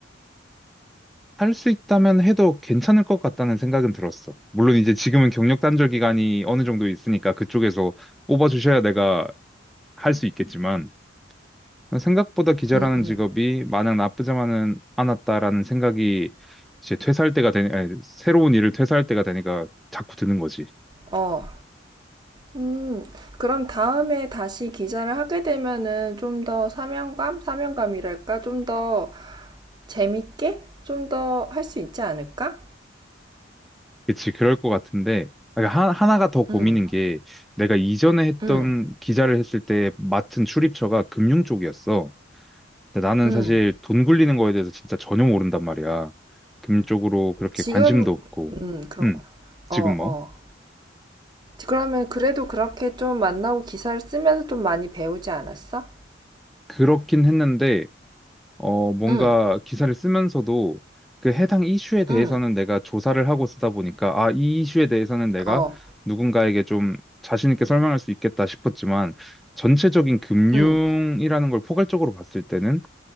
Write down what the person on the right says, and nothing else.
응, 응.
어. 음, 그럼 다음에 다시 기자를 하게 되면은 좀 더 사명감? 사명감이랄까? 좀더 재밌게 좀 더 할 수 있지 않을까?
응,
응,
응.
지금,
음, 그렇구나.
어,
어. 그러면 그래도 그렇게 좀 만나고 기사를 쓰면서 좀 많이 배우지 않았어?
응,
응,
어,
응,